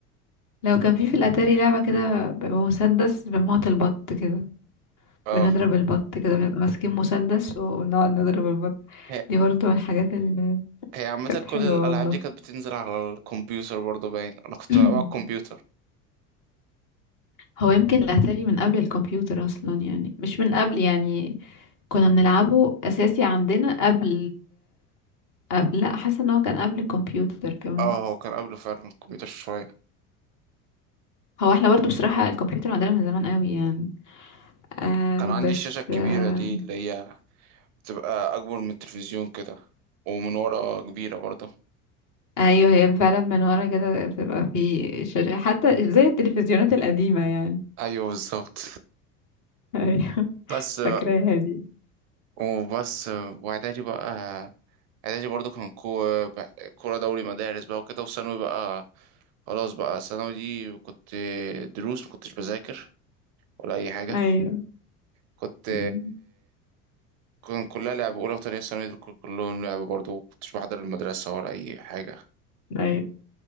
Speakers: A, on the left (about 40°); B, on the right (about 40°).
A: لو كان في في الاتاري لعبه كده بيبقى مسدس بموت البط كده
B: اه
A: بنضرب البط كده بنبقى ماسكين مسدس ونقعد نضرب البط
B: هي
A: دي برضه من الحاجات اللي
B: هي عامة
A: كانت حلوه
B: كل الألعاب
A: والله
B: دي كانت بتنزل على الكمبيوتر برضه باين أنا كنت
A: <clears throat>
B: بلعب على الكمبيوتر
A: هو يمكن الاتاري من قبل الكمبيوتر اصلا يعني مش من قبل يعني كنا بنلعبه اساسي عندنا قبل قبل لا حاسه ان هو كان قبل الكمبيوتر كمان
B: اه هو كان قبله فعلا الكمبيوتر شوية
A: هو احنا برضو بصراحه الكمبيوتر عندنا من زمان قوي يعني آه
B: كان عندي
A: بس
B: الشاشة الكبيرة
A: آه،
B: دي اللي هي تبقى أكبر من التلفزيون كده ومن ورا كبيرة برضه
A: ايوه هي فعلا من ورا كده بتبقى في شاشة حتى زي التلفزيونات القديمة يعني
B: أيوه بالظبط
A: ايوه <laughs>
B: بس
A: فاكراها دي
B: وبس وإعدادي بقى إعدادي برضه كان كو- كورة دوري مدارس بقى وكده وثانوي بقى خلاص بقى ثانوي دي كنت دروس ما كنتش بذاكر ولا أي حاجة
A: ايوه
B: كنت
A: مم.
B: كان كلها لعب أولى وتانية ثانوي دول كلهم لعب برضه ما كنتش بحضر المدرسة ولا أي حاجة
A: ايوه